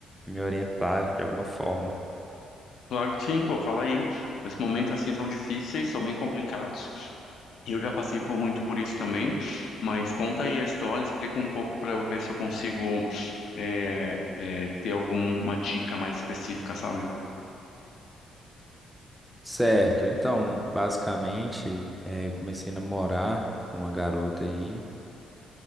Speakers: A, in the centre; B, on the left.
A: me orientar de alguma forma.
B: Claro que sim, pô, fala aí. Esses momentos assim são difíceis, são bem complicados. E eu já passei por muito por isso também. Mas conta aí a história, explica um pouco pra eu ver se eu consigo é, é, ter alguma dica mais específica, sabe?
A: Certo, então, basicamente, eh, eu comecei a namorar com uma garota aí.